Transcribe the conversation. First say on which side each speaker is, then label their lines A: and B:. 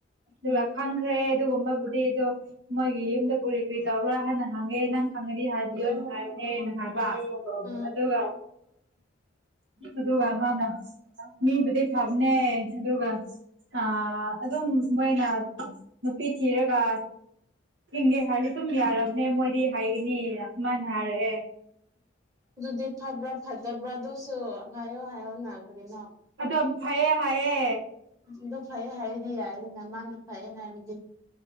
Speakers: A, on the right; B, on the right.
A: ꯑꯗꯨꯒ
B: ꯎꯝ
A: ꯈꯪꯈ꯭ꯔꯦ ꯑꯗꯨꯒꯨꯝꯕꯕꯨꯗꯤ ꯑꯗꯨ ꯃꯣꯏꯒꯤ ꯌꯨꯝꯗ ꯀ꯭ꯔꯤ ꯀ꯭ꯔꯤ ꯇꯧꯕ꯭ꯔꯥ ꯍꯥꯏꯅ ꯍꯪꯉꯦ ꯈꯪꯍꯗꯤ ꯍꯥꯏꯕꯤꯌꯣꯅ ꯍꯥꯏꯕꯅꯦꯅ ꯍꯥꯏꯕ
B: ꯎꯝ
A: ꯑꯗꯨꯒ ꯑꯗꯨꯒ ꯃꯥꯅ ꯃꯤꯕꯨꯗꯤ ꯐꯕꯅꯦ ꯑꯗꯨꯒ ꯑ ꯑꯗꯨꯝ ꯃꯣꯏꯅ ꯅꯨꯄꯤ ꯊꯤꯔꯒ ꯍꯤꯡꯒꯦ ꯍꯥꯏꯔꯤ ꯗꯨ ꯌꯥꯔꯕꯅꯦ ꯃꯣꯏꯗꯤ ꯁꯨꯃꯥꯏꯅ ꯍꯥꯏꯔꯛꯑꯦ
B: ꯑꯗꯨꯗꯤ ꯐꯥꯕ꯭ꯔꯥ ꯐꯠꯇ ꯕ꯭ꯔꯥ ꯗꯨꯁꯨ ꯍꯢꯌꯣ ꯍꯥꯏꯌꯣꯅ ꯀꯔꯤꯅꯣ
A: ꯑꯗꯨꯝ ꯐꯩꯌꯦ ꯍꯥꯏꯌꯦ
B: ꯑꯗꯨ ꯐꯩꯌꯦ ꯍꯥꯏꯔꯗꯤ ꯌꯥꯔꯦꯅ ꯃꯥꯅ ꯐꯩꯌꯦ ꯍꯥꯏꯔꯗꯤ